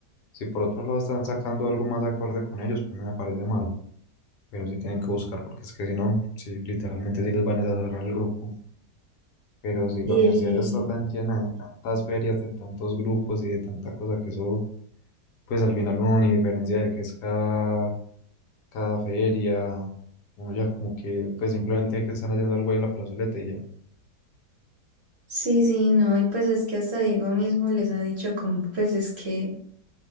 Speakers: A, on the left; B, on the right.
A: si por otro lado están sacando algo más acorde con ellos, pues no me parece mal. Pero sí tienen que buscar porque es que si no, sí, literalmente sí les van a cerrar el grupo. Pero si
B: Y
A: la universidad ya está tan llena de tantas ferias, de tantos grupos y de tanta cosa que eso, pues al final uno ni diferencia de que es cada, cada feria. Uno ya como que pues simplemente que están haciendo algo ahí en la plazoleta y ya.
B: sí, sí, no, y pues es que hasta Diego mismo les ha dicho como, pues es que